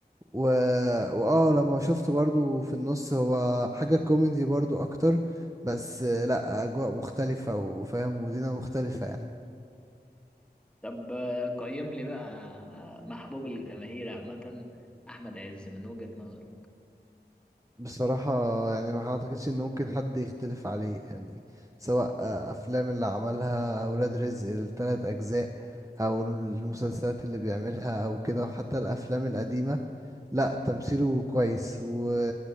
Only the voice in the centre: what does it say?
طب آه، قيم لي بقى آه، محبوب الجماهير عامة أحمد عز من وجهة نظرك